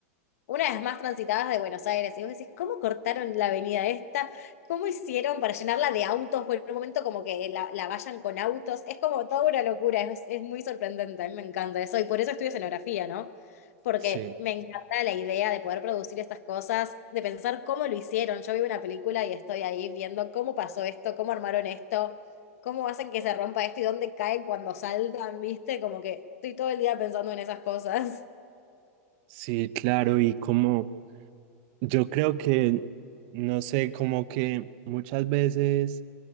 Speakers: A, on the left; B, on the right.
A: una de las más transitadas de Buenos Aires. Y vos decís, ¿cómo cortaron la avenida esta? ¿Cómo hicieron para llenarla de autos? Por un momento como que la, la vayan con autos. Es como toda una locura, es, es muy sorprendente, a mí me encanta eso. Y por eso estudio escenografía, ¿no? Porque
B: Sí,
A: me encanta la idea de poder producir estas cosas, de pensar cómo lo hicieron. Yo veo una película y estoy ahí viendo cómo pasó esto, cómo armaron esto. ¿Cómo hacen que se rompa esto y dónde caen cuando saltan, viste? Como que estoy todo el día pensando en esas cosas.
B: sí, claro, y como yo creo que, no sé, como que muchas veces...